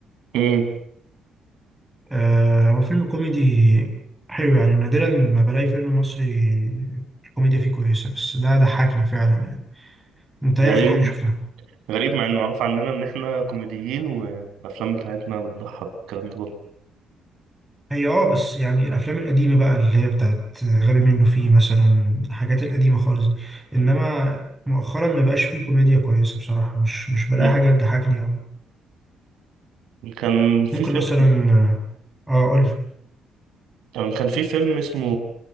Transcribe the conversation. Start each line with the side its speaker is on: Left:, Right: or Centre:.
Right: امم
Centre: آه هو فيلم كوميدي حلو يعني نادرا ما بلاقي فيلم مصري الكوميديا فيه كويسة بس ده ضحكني فعلا يعني أنت إيه
Right: غريب
Centre: آخر حاجة شفتها؟
Right: غريب مع انه معروف عننا ان احنا كوميديين والافلام بتاعتنا بتضحك الكلام ده كله
Centre: هي اه بس يعني الافلام القديمه بقى اللي هي بتاعت غبي منه فيه مثلا الحاجات القديمه خالص دي انما مؤخرا ما بقاش فيه كوميديا كويسه بصراحه مش مش بلاقي
Right: مم.
Centre: حاجه تضحكني او
Right: كان في
Centre: ممكن
Right: فيلم
Centre: مثلا اه اقول
Right: آه، كان في فيلم اسمه